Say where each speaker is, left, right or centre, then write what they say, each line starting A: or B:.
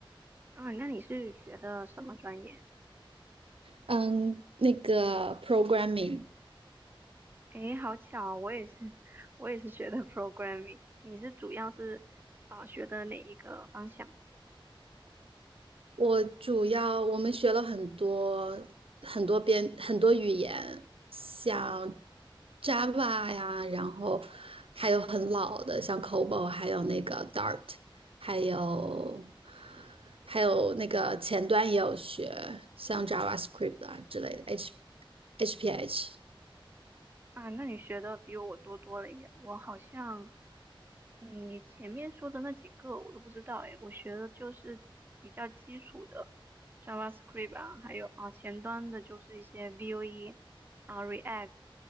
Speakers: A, on the right; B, on the right.
A: 啊，那你是学的什么专业？
B: 嗯，那个 programming，
A: 诶，好巧啊，我也是，<laughs> 我也是学的 <laughs> programming。你是主要是啊、呃学的哪一个方向？
B: 我主要我们学了很多很多边，很多语言，像 Java 呀，然后还有很老的像 COBOL，还有那个 Dart，还有还有那个前端也有学，像 JavaScript 啊之类的，H HPH。
A: 啊，那你学的比我多多了耶！我好像，嗯，你前面说的那几个我都不知道诶，我学的就是比较基础的 JavaScript 啊，还有啊前端的就是一些 Vue 啊 React